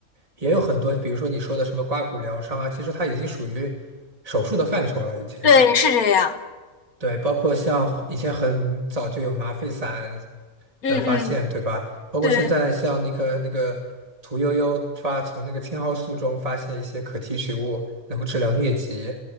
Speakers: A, on the right; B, on the left.
A: 也有很多，比如说你说的什么刮骨疗伤啊，其实它已经属于手术的范畴了，已经是。
B: 对，是这样。
A: 对，包括像以前很早就有麻沸散
B: 嗯嗯，
A: 的发现，对吧？包括现在像那个那个屠呦呦发从那个青蒿素中发现一些可提取物，
B: 对
A: 能够治疗疟疾。